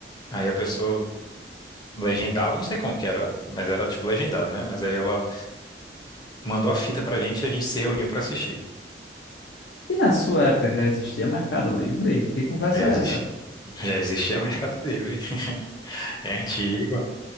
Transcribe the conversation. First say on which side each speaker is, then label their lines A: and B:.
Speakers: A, on the left; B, on the left.
A: Aí a pessoa legendava, não sei como que era, mas era tipo legendado, né? Mas aí ela mandou a fita pra gente e a gente se reuniu pra assistir.
B: E na sua época já existia Mercado Livre? Que conversa
A: Já existia,
B: é essa?
A: já existia Mercado Livre. <laughs> É antigo.